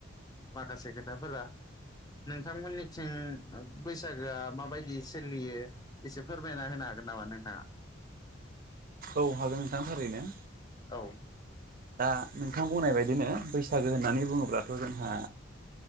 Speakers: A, on the left; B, on the right.
A: माखासे खोथाफोरा। नोंथांमोननिथिं बैसागोआ माबायदि सोलियो एसे फोरमायना होनो हा नामा नोंथाङा?
B: औ हागोन नोंथां थारैनो।
A: औ।
B: दा नोंथां बुंनाय बायदिनो बैसागो होननानै बुङोब्लाथ' जोंहा